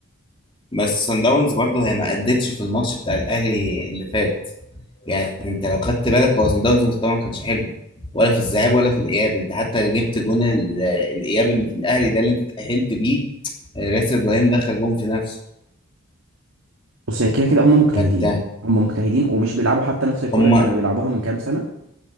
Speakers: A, on the left; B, on the right.
A: بس سان داونز برضه هي ما ادتش في الماتش بتاع الاهلي اللي فات يعني انت لو خدت بالك هو سان داونز مستواه ما كانش حلو ولا في الذهاب ولا في الاياب انت حتى جبت جون ال- الاياب اللي في الاهلي ده اللي انت اتاهلت بيه آه، ياسر ابراهيم دخل جون في نفسه
B: بص هي كده كده هم مجتهدين
A: فانت
B: هم مجتهدين ومش بيلعبوا حتى نفس الكرة
A: هم
B: اللي كانوا بيلعبوها من كام سنة